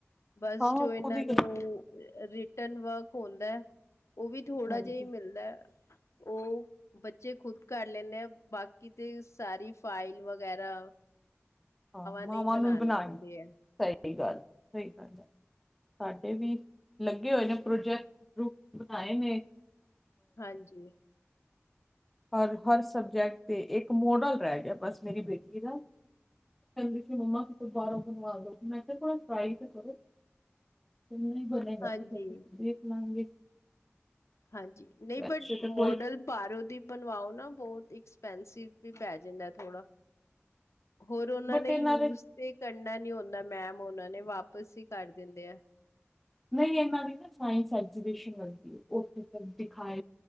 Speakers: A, on the left; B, in the centre.
A: ਬਸ
B: ਹਾਂ
A: ਜੋ
B: ਉਹ
A: ਇਹਨਾਂ
B: ਖੁਦ ਹੀ
A: ਨੂੰ
B: ਕਰ-
A: ਰਿਟਰਨ ਵਰਕ ਹੁੰਦਾ, ਉਹ ਵੀ ਥੋੜਾ
B: ਹਾਂਜੀ
A: ਜਿਹਾ ਹੀ ਮਿਲਦਾ। ਉਹ ਬੱਚੇ ਖੁਦ ਕਰ ਲੈਂਦੇ ਆ ਬਾਕੀ, ਕਿਤੇ ਸਾਰੀ ਫਾਈਲ ਵਗੈਰਾ।
B: ਆਹੋ
A: ਨਹੀਂ
B: ਮਾਵਾਂ
A: ਬਣਾਉਣੇ
B: ਨੂੰ ਵੀ ਬਣਾਈ
A: ਹੁੰਦੇ ਹੈ
B: ਸਹੀ ਗੱਲ ਸਹੀ ਗੱਲ ਹੈ। ਸਾਡੇ ਵੀ ਲੱਗੇ ਹੋਏ ਨੇ ਪ੍ਰੋਜੈਕਟ ਗਰੁੱਪ ਬਣਾਏ ਨੇ
A: ਹਾਂਜੀ।
B: ਹਰ ਹਰ ਸਬਜੈਕਟ ਤੇ ਇੱਕ ਮੋਡਲ ਰਹਿ ਗਿਆ ਬਸ ਮੇਰੀ ਬੇਟੀ ਦਾ। ਕਹਿੰਦੇ ਸੀ ਮੰਮਾ ਕਿਤੋਂ ਬਾਹਰੋਂ ਬਣਵਾ ਦੋ ਮੈਂ ਕਿਹਾ ਥੋੜਾ ਟਰਾਈ ਤੇ ਕਰੋ। ਨਹੀਂ ਬਣੇਗਾ
A: ਹਾਂਜੀ
B: ਤੇ ਫੇਰ ਦੇਖ ਲਾਂਗੇ।
A: ਹਾਂਜੀ, ਨਹੀਂ
B: ਵੈਸੇ
A: ਬਟ
B: ਤਾਂ ਕੋਈ
A: ਮੋਡਲ ਬਾਹਰੋਂ ਦੀ ਬਣਾ। ਬਣਵਾਓ ਨਾ ਬਹੁਤ ਐਕਸਪੈਂਸਿਵ ਵੀ ਪੈ ਜਾਂਦਾ ਥੋੜਾ। ਹੋਰ ਉਹਨਾਂ
B: ਬਟ
A: ਨੇ
B: ਇਹਨਾਂ
A: ਯੂਜ
B: ਦੇ
A: ਤੇ ਕਰਨਾ। ਨੀ ਹੁੰਦਾ ਮੈਮ ਉਹਨਾਂ ਨੇ ਵਾਪਿਸ ਹੀ ਕਰ ਦਿੰਦੇ ਆ।
B: ਨਹੀਂ ਇਨਾ ਦੀ ਨਾ ਸਾਇੰਸ ਐਗਜੀਬਿਸ਼ਨ ਲੱਗਦੀ ਏ ਉਹ ਦਿਖਾ।